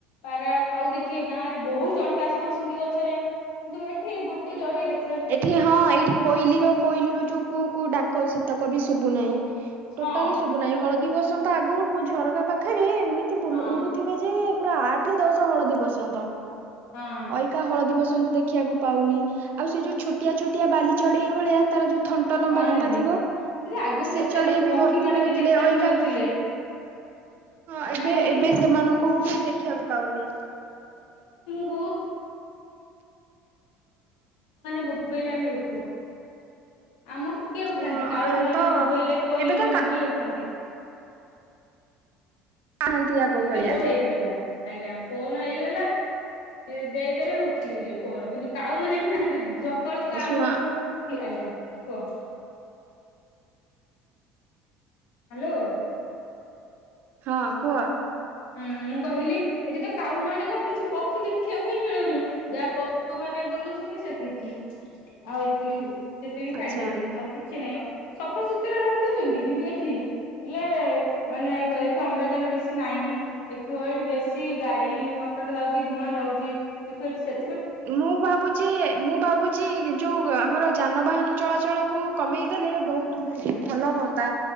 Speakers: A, on the left; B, on the right.
A: ପାରା କାଉ ଦେଖିବିେ ଗାଁ ରେ ବହୁ ଚଢିବା ଆସି ବସନ୍ତି ଗଛରେ ଦୁ ଏଠି ଗୋଟେ ଜଡେଇ ଦେଖି
B: ଏଠି ହଁ ଏଇଠି କୋଇଲି ର କୋଇଲିର ଯୋଉ କୁ କୁ ଡାକ ସେତକ ବି ଶୁଭୁନାହିଁ ଟୋଟାଲି
A: ହଁ
B: ସୁବୁ ନାହିଁ ହଳଦୀ ବସନ୍ତ ଆଗରୁ ମୋ ଝରକା ପାଖରେ ଏମିତି ବୁଲୁ
A: ହଁ
B: ଉଡୁଥିବେ ଯେ ପୁରା ଆଠ ଦଶ ହଳଦୀ ବସନ୍ତ
A: ହଁ
B: ଅଇକା ହଳଦୀ ବସନ୍ତ ଦେଖିବାକୁ ପାଉନି ଆଉ ସେ ଯୋଉ ଛୋଟିଆ ଛୋଟିଆ ବାଲି ଚଢେଇଇ ଭଳିଆ ତାର ଯୋଉ ଥଣ୍ଟ ଲମ୍ବା
A: ହଁ
B: ଲମ୍ବା
A: ଦିଦି
B: ଥିବ
A: ଦିଦି ଆଗରୁ
B: ସେ
A: କେତେ
B: ଚଢେଇ ବି
A: ପକ୍ଷୀ
B: ଭର୍ତ୍ତି
A: ମାନେ
B: ହଉଥିଲେ
A: ବି ଦେଖିବାକୁ
B: ଅଇକା
A: ମିଳୁଥିଲେ
B: <inaudible> ହଁ ଏବେ
A: ନା ଦିଦି
B: ଏବେ ସେମାନଙ୍କୁ ବି ଦେଖିବାକୁ ପାଉନି।
A: ବ <inaudible> <inaudible> ବୋବେଇଲେ ଆମେ ଉଠୁ। ଆମକୁ କିଏ ଉଠାନ୍ତି?
B: ହଁ
A: କାଉ
B: ଏ
A: ମାନେ
B: ତ
A: ବୋବେଇଲେ, କୋଇଲି
B: ଏବେ
A: ମାନେ
B: ତ
A: ବୋବେଇଲେ ଉଠାନ୍ତି।
B: କାହାନ୍ତି ଆଗ
A: ଏବେ
B: ଭଳିଆ
A: ଯୋ ହେଇଗଲା। ଆଜ୍ଞା, ଫୋନ ହେଇଗଲା ସିଏ ଦେଇଦେବେ ଉଠିବେ ଫୋର କିନ୍ତୁ! କାଉ ମାନେ ଏଠି ନାହାଁନ୍ତି। ଯକାଳୁ କା
B: ଶୁଣ
A: ମୁହଁକୁ କି! ଆଜ୍ଞା କୁହ। ହ୍ୟାଲୋ!
B: ହଁ କୁହ।
A: ହୁଁ ମୁଁ କହିଲି, ଏଠି ତ କାଉଁ ମାନେ କଣ କିଛି ପକ୍ଷୀ ଦେଖିବାକୁ ହିଁ ମିଳୁନି? ଯାହା ପଶୁ ମାନେ ବୁଲୁଚ ସେତିକି ଆଉ ଏତି ସେତିକି ଛାଡି
B: ଆଚ୍ଛା।
A: ଦେଇଛନ୍ତି, ଆଉ କିଛି ନାଇଁ। ସଫାସୁତୁରା ରଖୁଛନ୍ତି। କିନ୍ତୁ ଏଠି ହେଲେ, ମାନେ ଏଠି ଅମ୍ଳଜାନ ବେଶୀ ନାଇଁ। ଦେଖ ଏଇଠି ବେଶୀ ଗାଡି, ମଟର ଯାଉଛି, ଧୂଆଁ ଯାଉଛି। ଦେଖ ଏଠି ସେ
B: ମୁଁ ଭାବୁଛି! ମୁଁ ଭାବୁଛି! ଯୋଉ ଆମର ଯାନବାହା ନ ଚଳାଚଳ କୁ କମେଇ ଦେଲେ ବହୁତ ଭଲ ହଅନ୍ତା